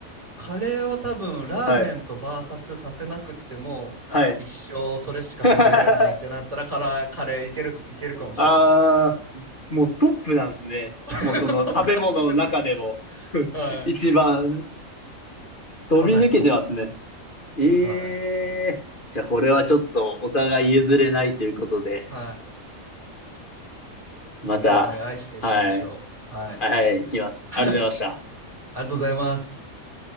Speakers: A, on the right; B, on the left.
A: カレーは多分ラーメンとバーサスさせなくっても一生それしか食べれないってなったらカラー、
B: はい。はい。<laughs>
A: カレーいけるか、いけるかもしれないです。
B: ああ、もうトップなんですね。
A: <laughs>
B: もうその食べ物の中でも
A: トップかもしれないです。<laughs> はい。
B: 一番飛び抜けてますね。
A: かなりトップです。
B: ええじゃあこれはちょっとお互い譲れないということで、
A: はい。はい。
B: また、
A: お互い愛していきましょう。
B: はい、
A: はい。
B: はい、行きます。
A: はい。
B: ありがとうございました。
A: ありがとうございます。